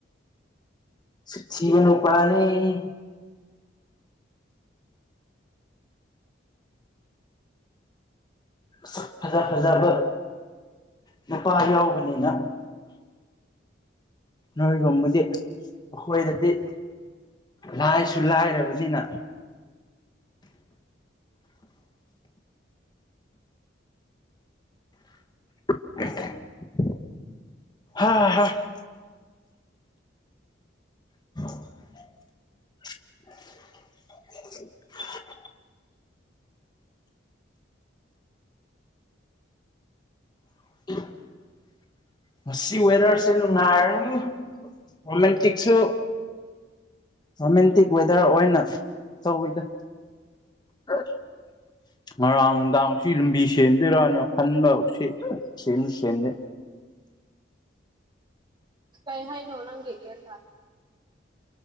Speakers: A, on the left; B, on the right.
A: ꯁꯛ ꯊꯤꯕ ꯅꯨꯄꯥꯅ‌ꯦ ꯁꯛ ꯐꯖꯥ ꯐꯖꯥꯕ ꯅꯨꯄꯥ ꯌꯥꯎꯕꯅꯤꯅ ꯅꯣꯏꯒꯨꯝꯕꯗꯤ ꯑꯩꯈꯣꯏꯗꯗꯤ ꯂꯥꯏꯁꯨ ꯂꯥꯏꯔꯕꯅꯤꯅ <inaudible> ꯍꯥ ꯍꯥ <inaudible> <inaudible> <inaudible> ꯉꯁꯤ ꯋꯦꯗꯔꯁꯦ ꯅꯨꯡꯉꯥꯏꯔꯅꯤ ꯔꯣꯃꯦꯟꯇꯤꯛꯁꯨ ꯔꯣꯃꯦꯟꯇꯤꯛ ꯋꯦꯗꯔ ꯑꯣꯏꯅ ꯇꯧꯋꯤꯗ <inaudible> ꯉꯔꯥꯡ ꯅꯨꯡꯗꯥꯡ ꯁꯤ ꯂꯝꯕꯤ ꯁꯦꯝꯗꯣꯏꯔꯅ ꯈꯟꯕ ꯁꯤ ꯁꯦꯝꯁꯨ ꯁꯦꯝꯗꯦ
B: ꯀꯩ ꯍꯥꯏꯅꯣ ꯅꯪ <unintelligible> ꯇꯗꯦ